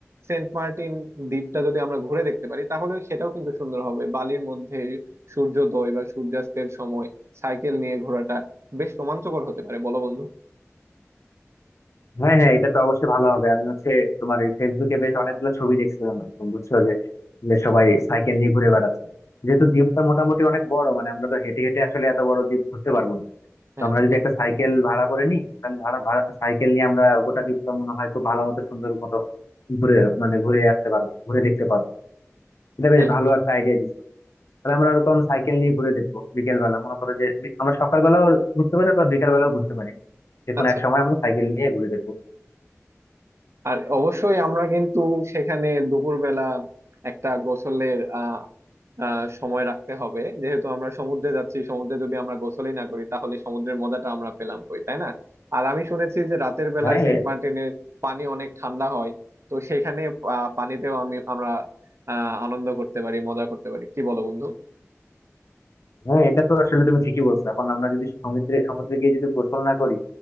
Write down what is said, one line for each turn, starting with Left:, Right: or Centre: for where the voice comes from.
Right: সেন্ট মার্টিন দ্বীপটা যদি আমরা ঘুরে দেখতে পারি তাহলে সেটাও কিন্তু সুন্দর হবে বালির মধ্যে সূর্যোদয় বা সূর্যাস্তের সময় সাইকেল নিয়ে ঘোরাটা বেশ রোমাঞ্চকর হতে পারে বলো বন্ধু
Left: হ্যাঁ হ্যাঁ এটা তো অবশ্যই ভালো হবে আমি হচ্ছে তোমার এই ফেসবুকে বেশ অনেকগুলো ছবি দেখছিলাম এরকম, বুঝছো যে যে সবাই সাইকেল নিয়ে ঘুরে বেড়াচ্ছে যেহেতু দ্বীপটা মোটামুটি অনেক বড় মানে আমরা তো হেঁটে হেঁটে আসলে এত বড় দ্বীপ ঘুরতে পারবো না তো
Right: হ্যাঁ
Left: আমরা যদি একটা সাইকেল ভাড়া করে নিই তাহলে ভাড়া ভাড়া সাইকেল নিয়ে আমরা গোটা দ্বীপটা মনে হয় খুব ভালো মতো সুন্দর মতো ঘুরে মানে ঘুরে আসতে পারবো ঘুরে দেখতে পারবো এটা বেশ
Right: হ্যাঁ
Left: ভালো একটা আইডিয়া দিচ্ছ তাহলে আমরা এরকম সাইকেল নিয়ে ঘুরে দেখবো বিকেল বেলা মনে করো যে বি- আমরা সকাল বেলাও ঘুরতে পারি অথবা বিকেল বেলাও ঘুরতে পারি যে কোনো
Right: আচ্ছা
Left: এক সময় আমরা সাইকেল নিয়ে ঘুরে দেখবো
Right: আর অবশ্যই আমরা কিন্তু সেখানে দুপুরবেলা একটা গোসলের আহ আহ সময় রাখতে হবে যেহেতু আমরা সমুদ্রে যাচ্ছি সমুদ্রে যদি আমরা গোসলই না করি তাহলে সমুদ্রের মজাটা আমরা পেলাম কই তাই না আর আমি শুনেছি যে রাতের বেলায়
Left: হ্যাঁ
Right: সেন্ট মার্টিনের পানি অনেক ঠান্ডা হয় তো সেখানে আহ, পানিতেও আমি আমরা আহ আনন্দ করতে পারি মজা করতে পারি কি বলো বন্ধু
Left: হ্যাঁ এটা তো আসলে তুমি ঠিকই বলছো এখন আমরা যদি সমুদ্রে সমুদ্রে গিয়ে যদি গোসল না করি